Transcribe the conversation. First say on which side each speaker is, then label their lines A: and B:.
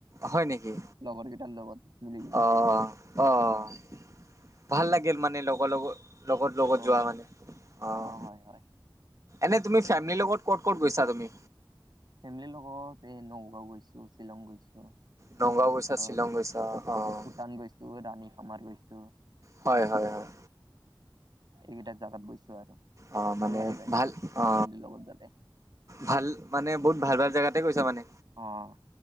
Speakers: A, on the right; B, on the right.
A: হয় নেকি
B: লগৰ কেইটাৰ লগত মিলি কিনা
A: অ অহ
B: অ',
A: ভাল লাগিল মানে লগৰ লগত লগত লগত
B: অ',
A: যোৱা মানে আহ
B: অ', হয়, হয়
A: এনে তুমি ফেমিলিৰ লগত ক'ত ক'ত গৈছা তুমি
B: ফেমিলিৰ লগত এই নগাঁও গৈছো শ্বিলং গৈছো তাৰপিছত
A: নগাঁও গৈছা, শ্বিলং গৈছা অ',
B: ভূটান গৈছো ৰাণী আমাৰ গৈছো
A: হয় হয় হয়
B: এইকেইটাৰ জাগাত গৈছো আৰু
A: অ
B: ভাল
A: মানে
B: লাগে যাই কিনা
A: ভাল অ
B: ফেমিলিৰ লগত যালে
A: ভাল মানে বহুত ভাল ভাল জোতে গৈছ মানে
B: অহ